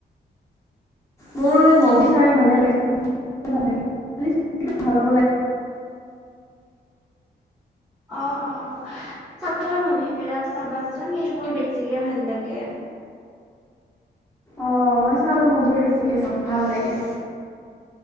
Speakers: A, on the left (about 15°); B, in the centre.
A: মোৰ মভি চাই ভালে লাগে ভাল ল ভাল হব লাগে।
B: অ অ চাথুৰ মুভি বিলাক। চাবাচোন সেইবোৰ বেছিকে ভাল লাগে।
A: অ মই চালৰ মুভিয়ে বেছিকে চাওঁ ভাল লাগে।